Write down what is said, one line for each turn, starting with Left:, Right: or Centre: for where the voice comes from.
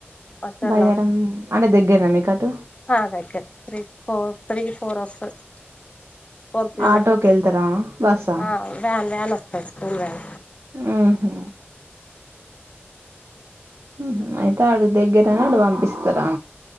Left: దగ్గరలో
Right: బయ్యారం, అంటే, దగ్గర, నా, మీకు అటు
Left: అ దగ్గరేనే త్రీ ఫోర్ త్రీ ఫోర్ వస్తది. ఫోర్ కిలోమీటర్స్
Right: ఆటోకి వెళ్తారా బస్సా
Left: ఆ వ్యాన్ వ్యాన్ వస్తాది. స్కూల్ వ్యాన్
Right: ఉహూ హ్మ్మ్ అయితే ఆడు దగ్గరనేటు పంపిస్తున్నారా,